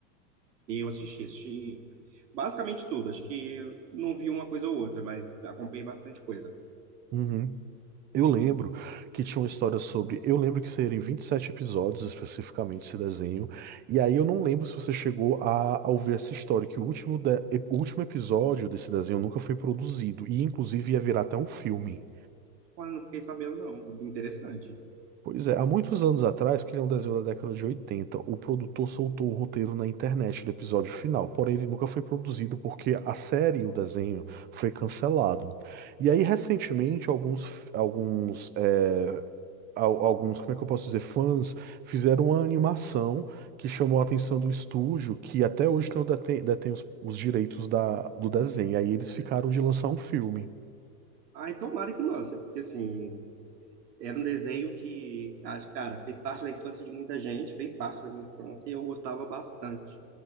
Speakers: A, on the right (about 80°); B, on the right (about 20°).
A: E eu assisti, assisti basicamente tudo. Acho que não vi uma coisa ou outra, mas acompanhei bastante coisa.
B: Uhum. Eu lembro que tinha uma história sobre. Eu lembro que seriam 27 episódios especificamente esse desenho. E aí eu não lembro se você chegou a, a ouvir essa história, que o último, de- o último episódio desse desenho nunca foi produzido. E inclusive ia virar até um filme.
A: Olha, não fiquei sabendo, não. Interessante.
B: Pois é, há muitos anos atrás, porque ele é um desenho da década de 80, o produtor soltou o roteiro na internet do episódio final. Porém, ele nunca foi produzido porque a série, o desenho, foi cancelado. E aí, recentemente, alguns, alguns eh, al- alguns, como é que eu posso dizer, fãs, fizeram uma animação que chamou a atenção do estúdio, que até hoje não detém, detém os, os direitos da, do desenho. Aí eles
A: Desenho.
B: ficaram de lançar um filme.
A: Ai, tomara que lance, porque assim, Era um desenho que, acho, cara, fez parte da infância de muita gente, fez parte da minha infância e eu gostava bastante.